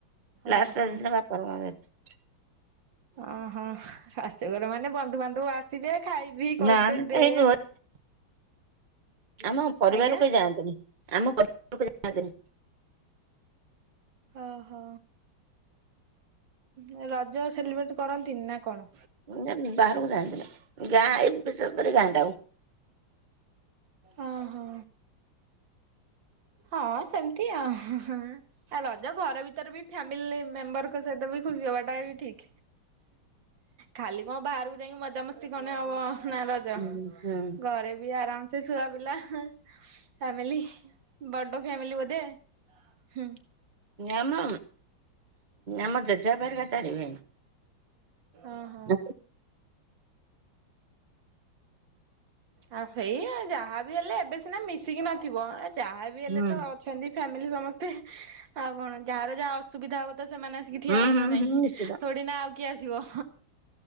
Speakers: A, on the right; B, on the right.
A: ଓହୋ।
B: ଲାଷ୍ଟ ରଜ ଦିନ ଆମେ ବାପ ଘରକୁ ଯାଇଥିଲୁ।
A: ଓହୋ ଶାଶୁଘର ମାନେ ବନ୍ଧୁବାନ୍ଧବ ଆସିବେ। ଖାଇ ପିଇ କରିତେ
B: ନା ନା
A: ଦେ
B: କେହି ନୁହ ଆମ ପରିବାର
A: ଆଜ୍ଞା
B: କେହି ଯାଆନ୍ତିନି। ଆମ ପରକୁ ଯାଆନ୍ତି ନି।
A: ଓହୋ। ହଁ ରଜ ସେଲିବ୍ରେଟ କରନ୍ତିନି ନା କଣ?
B: ମୁଁ ବାହାରକୁ ଯାଆନ୍ତିଥିଲି ଗାଁ ଏ ବିଶେଷ କରି ଗାଁ ଟା ଆଉ।
A: ଓ ହୋ ହଁ ସେମିତି ଆଉ ରଜ ଘର ଭିତରେ ବି ଫ୍ୟାମିଲି ମେମ୍ବରଙ୍କ ସହିତ ବି ଖୁସି ହବାଟା ବି ଠିକ। ଖାଲି କଣ ବାହାରକୁ ଯାଇକି ମଜାମସ୍ତି କନେ ହବ? ନା ରଜ
B: ହୁଁ
A: ଘରେ ବି ଆରାମ ସେ ଛୁଆ ପିଲା ଫ୍ୟାମିଲି ବଡ ଫ୍ୟାମିଲି ବୋଧେ ହୁଁ।
B: ଆମ ଆମ ଜେଜେ ବାପା ହେରିକା ଚାରି ଭାଇ।
A: ଓହୋ।
B: ଆ
A: ଆଉ ହେଇ ଯାହା ବି ହେଲେ ଏବେ ସିନା ମିଶିକି ନଥିବ ଯାହା ବିି ହେଲେ
B: ହୁଁ
A: ତ ଅଛନ୍ତି। ଫାମିଲି ସମସ୍ତେ ଆଉ କଣ ଯାହାର ଯାହା ଅସୁବିଧା ହବ। ତ ସେମାନେ ଆସିକି ଠିଆ
B: ହୁଁ
A: ହେବେ
B: ହୁଁ
A: ନା ନାହିଁ
B: ହୁଁ ନିଶ୍ଚିତ
A: ଥୋଡି ନା କିଏ ଆସିବ